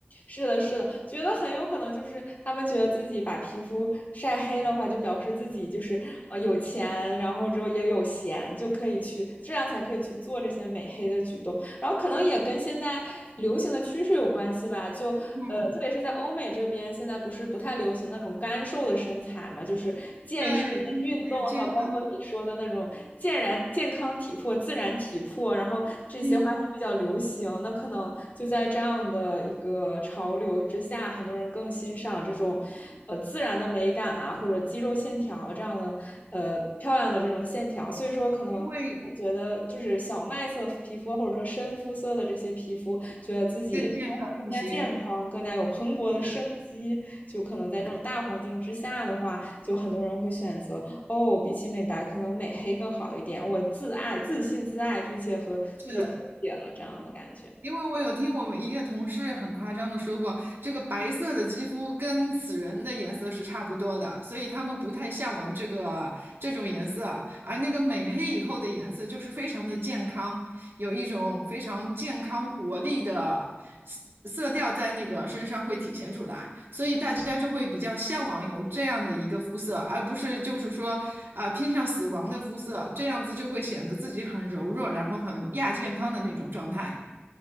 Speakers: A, on the left; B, on the right.
A: 是的，是的，觉得很有可能就是他们觉得自己把皮肤晒黑的话，就表示自己就是呃有钱，然后之后也有闲，就可以去这样才可以去做这些美黑的举动。然后可能也跟现在流行的趋势有关系吧，就呃，
B: 嗯，
A: 特别是在欧美这边，现在不是不太流行那种干瘦的身材嘛，就是健身、
B: 对，他们觉得要健康，
A: 运动，还有包括你说的那种健然健康体魄、自然体魄，然后这些话题比较流行。
B: 嗯，
A: 那可能就在这样的一个潮流之下，很多人更欣赏这种呃自然的美感啊，或者肌肉线条这样的呃漂亮的这种线条。所以说，可能我觉得就是小麦色皮肤或者说深肤色的这些皮肤，
B: 因为
A: 觉得自己生活更加健康，
B: 更健康一些。
A: 更加有蓬勃的生机。
B: 对，
A: 就可能在这种大环境之下的话，就很多人会选择哦，比起美白，可能美黑更好一点。我自爱、自信、自爱，并且和自己和解了这样的感觉。
B: 是，因为我有听我们一个同事很夸张的说过，这个白色的肌肤跟死人的颜色是差不多的，所以他们不太向往这个这种颜色，而那个美黑以后的颜色就是非常的健康，有一种非常健康活力的色色调在那个身上会体现出来，所以大家就会比较向往有这样的一个肤色，而不是就是说啊、偏向死亡的肤色，这样子就会显得自己很柔弱，然后很亚健康的那种状态。